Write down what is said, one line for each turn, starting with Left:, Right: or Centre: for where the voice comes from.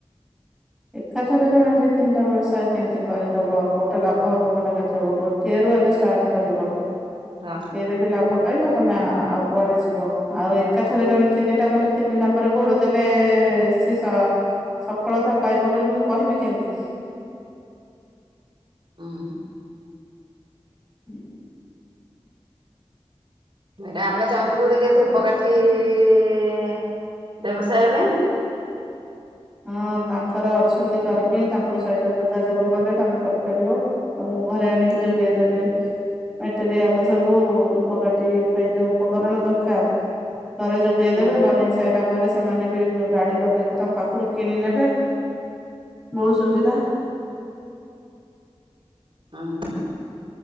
Centre: ଏକାଥରେ ଜଣେ ଦିଇ ତିନିଟା ବ୍ୟବସାୟ କେମିତି କରିଦେବ କୋଉଟା ଲାଭ ହବ କୋଉଟା କ୍ଷତୀ ହବ ଗୋଟିଏରୁ ଆଗେ ଷ୍ଟାର୍ଟ କରିବ।
Right: ହଁ।
Centre: ସେ ଯଦି ଲାଭ ପାଇଲ ତମେ ଆଉ କୁଆଡେ ଯିବ ଆଉ ଏକା ଥରେ ଜଣେ ତିନିଟା କଲେ ତିନି ନାବରେ ଗୋଡ଼ ଦେଲେ ସିଏ ସ ସଫଳତା ପାଇବ ବୋଲି ମୁଁ କହିବି କେମିତି।
Right: ଉଁ ହୁଁ।
Centre: <unintelligible>
Right: ଏଟା ଆମେ ଚାହୁଁଥିଲୁ ଯେ କି ଧୂପକାଠିଈ ଈ ବ୍ୟବସାୟ ପାଇଁ।
Centre: ହଁ ତାଙ୍କର ଅଛନ୍ତି କର୍ମୀ ତାଙ୍କ ସହିତ ଯୋଗାଯୋଗ କଲେ ତମେ କରିପାରିବ। ତମକୁ ଘରେ ଆଣିକି ଯୋଗେଇ ଦେବେ। ମେଟେରିଆଲ ସବୁ ଧୂପକାଠି ପାଇଁ ଯୋଉ ଉପକରଣ ଦରକାର ଘରେ ଯୋଗେଇଦବେ
Right: ହୁଁ
Centre: ବନେଇ ସାଇଲା ପରେ ସେମାନେ ବି ଗ ଗାଡି ଲଗେଇକି ତମ ପାଖରୁ କିଣି ନେବେ, ବହୁତ ସୁବିଧା।
Right: ଉଁ ହୁଁ।